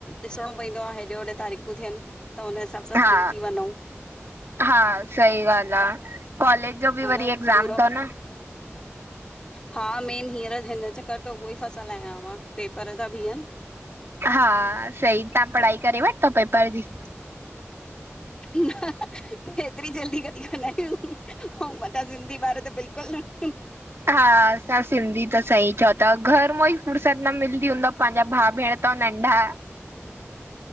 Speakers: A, on the left; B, on the right.
A: ॾिसणो पवंदो आ हेॾे होॾे तारीखूं थियनि त हुन हिसाब सां
B: हा
A: फ्री थी वञूं
B: हा सही ॻाल्हि आ कॉलेज जो बि
A: हा न
B: वरी एक्ज़ाम
A: पूरो
B: तव न?
A: हा मेन हींअर हिन चकर त उहो ई फसल आहियां मां पेपर ता बीहनि
B: हा सही तां पढ़ाई करे वठितव पेपर जी?
A: न हेतिरी जल्दी कॾी कंदा आहियूं। औं वॾा सिंधी ॿार त बिल्कुल न।
B: हा असां सिंधी त सही चओ ता घर मों ई फुरसत न मिलदी हूंदव पंहिंजा भाउ भेण तउ नंढा